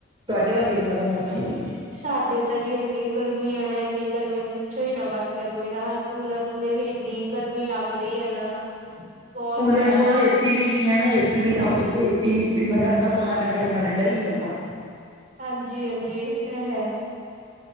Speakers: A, on the right; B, on the right.
A: ਤੁਹਾਡੇ ਵੱਲ ਕਿਸ ਤਰ੍ਹਾਂ ਦਾ ਮੌਸਮ ਏ?
B: ਸਾਡੇ ਤਾਂ ਜੀ ਇੰਨੀ ਗਰਮੀ ਆ ਨਾ ਇੰਨੀ ਗਰਮੀ ਪੁੱਛੋ ਹੀ ਨਾ ਬਸ। ਗਰਮੀ ਦਾ ਹਾਲ ਕੂਲਰ ਮੂਹਰੇ ਵੀ ਇੰਨੀ ਗਰਮੀ ਲੱਗ ਰਹੀ ਹੈ ਨਾ। ਬਹੁਤ
A: ਕੂਲਰ
B: ਜ਼ਿਆਦਾ।
A: ਛੋੜੋ ਏਸੀ ਵੀ ਨੀ ਹੈ ਨਾ ਏਸੀ ਵੀ ਲਾਓ ਦੇਖੋ ਏਸੀ ਵਿੱਚ ਵੀ ਬੰਦਾ। ਪੌਣਾ ਘੰਟਾ ਕਮਰਾ ਠੰਡਾ ਹੀ ਨਹੀਂ ਹੁੰਦਾ।
B: ਹਾਂਜੀ, ਹਾਂਜੀ ਇਹ ਤਾਂ ਹੈ,।